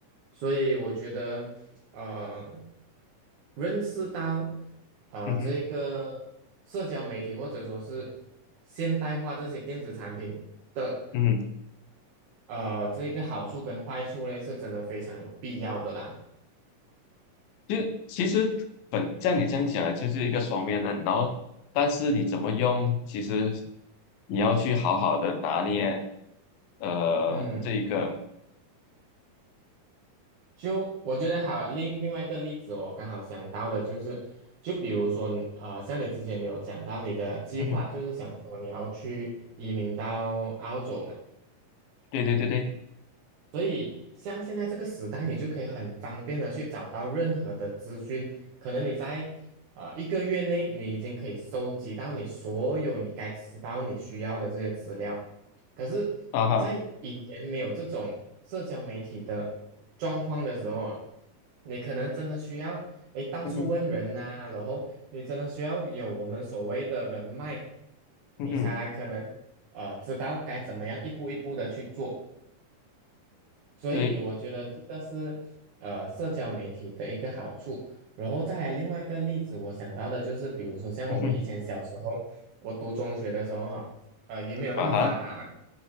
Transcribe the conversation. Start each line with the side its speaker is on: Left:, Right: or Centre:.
Right: 所以我觉得，呃，认识到啊、
Left: 嗯哼，
Right: 呃这个社交媒体或者说是现代化这些电子产品的
Left: 嗯哼。
Right: 呃这个好处跟坏处呢，是真的非常有必要的啦。
Left: 就其实本像你这样讲的，就是一个双面刃。然后，但是你怎么用，其实你要去好好的拿捏，呃，
Right: 嗯，
Left: 这一个，
Right: 就我觉得好，另另外一个例子，我刚好想到的就是，就比如说你，呃，像你之前你有讲到你的计划，
Left: 嗯哼，
Right: 就是想说你要去移民到澳洲嘛。
Left: 对对对对，
Right: 所以，像现在这个时代，你就可以很方便的去找到任何的资讯。可能你在呃一个月内，你已经可以收集到你所有你该知道、你需要的这些资料。可是，
Left: 啊哈，
Right: 在以前没有这种社交媒体的状况的时候啊，你可能真的需要诶到处问人呐、
Left: 嗯哼，
Right: 然后你真的需要有我们所谓的人脉，
Left: 嗯哼，
Right: 你才来可能呃知道该怎么样一步一步的去做。所以我觉得这个是呃社交媒体的一个好处。
Left: 对，
Right: 然后再来另外一个例子，我想到的就是，比如说像我们以前小时候，
Left: 嗯哼，
Right: 我读中学的时候哈，呃，也没有那么发达嘛，
Left: 啊哈，